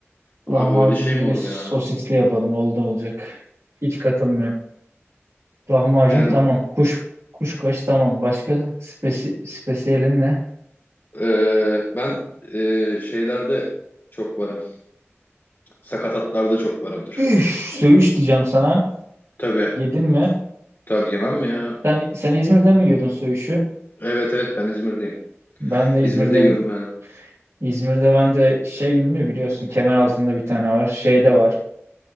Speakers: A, on the left (about 45°); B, on the right (about 75°).
A: abi
B: Lahmacunu
A: öyle şey mi
B: bile
A: olur
B: sosisli
A: ya?
B: yapalım. Oldu olacak. Hiç katılmıyorum. Lahmacun
A: Yani
B: tamam. Kuş kuşkaş tamam. Başka spesi, spesiyelin ne?
A: e, ben e, şeylerde çok varım. Sakatatlarda çok varımdır.
B: Üf, söğüş diyeceğim sana.
A: Tabii.
B: Yedin mi?
A: Tabii yemem mi ya?
B: Sen, sen İzmir'de mi yiyordun söğüşü?
A: Evet evet ben İzmir'deyim.
B: Ben de İzmir'deyim.
A: İzmir'de yiyorum yani.
B: İzmir'de ben de şey ünlü biliyorsun. Kemeraltı'nda bir tane var. Şeyde var.